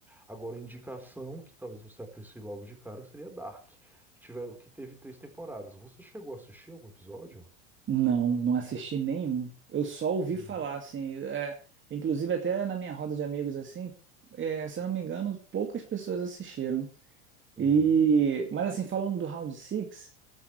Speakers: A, in the centre; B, on the right (about 30°).
A: Agora, indicação que talvez você aprecie logo de cara seria Dark, que tiver, que teve três temporadas. Você chegou a assistir algum episódio?
B: não, não assisti nenhum. Eu só ouvi
A: Uhum.
B: falar, assim, é, inclusive até na minha roda de amigos, assim, é, se eu não me engano, poucas pessoas assistiram.
A: Uhum.
B: E, mas assim, falando do Round Six,